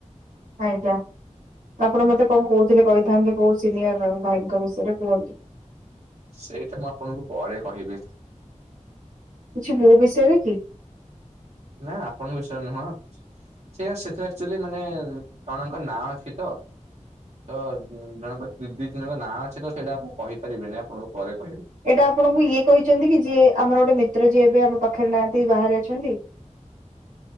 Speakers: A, on the right; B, on the right.
A: ଆଜ୍ଞା ତ ଆପଣ ମତେ କଁ କହୁଥିଲେ କହିଥାନ୍ତେ କୋଉ ସିନିୟର ଭାଇଙ୍କ ବିଷୟରେ କୁହନ୍ତୁ।
B: ସେଇଟା ମୁଁ ଆପଣଙ୍କୁ ପରେ କହିବି।
A: କିଛି ମୋ ବିଷୟରେ କି?
B: ନା ଆପଣଙ୍କ ବିଷୟରେ ନୁହଁ। ସେ ସେଥିରେ ଆକ୍ଚୁଏଲି ମାନେ ଜଣଙ୍କ ନାଁ ଅଛି ତ। ତ ଜଣଙ୍କ ଦି ତିନି ଜଣଙ୍କ ନାଁ ଅଛି ତ ସେଇଟା ମୁଁ କହିପାରିବିନି ଆପଣଙ୍କୁ ପରେ କହିବି।
A: ଏଇଟା ଆପଣଙ୍କୁ ଇଏ କହିଚନ୍ତି କି ଯିଏ ଆମର ଗୋଟେ ମିତ୍ର ଯିଏ ଏବେ ଆମ ପାଖେରେ ନାହାଁନ୍ତି ବାହାରେ ଅଛନ୍ତି?